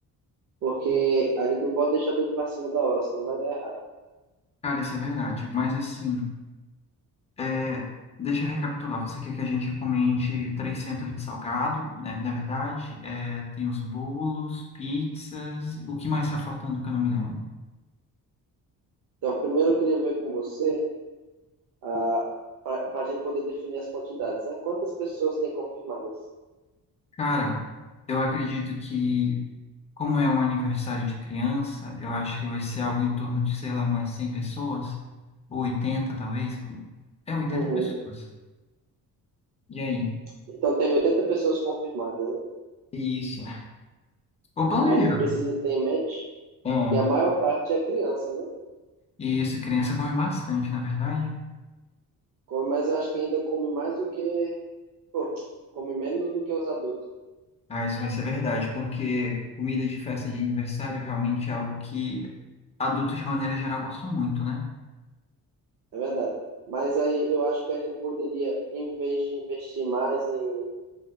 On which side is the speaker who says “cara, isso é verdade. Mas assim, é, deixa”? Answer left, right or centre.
Left